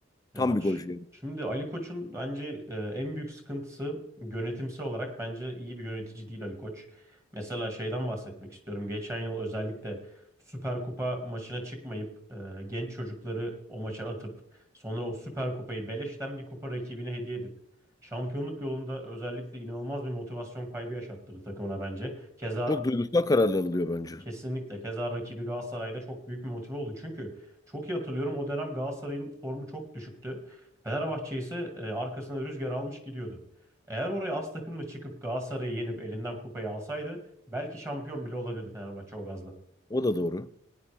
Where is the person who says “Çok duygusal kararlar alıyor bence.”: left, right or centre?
Left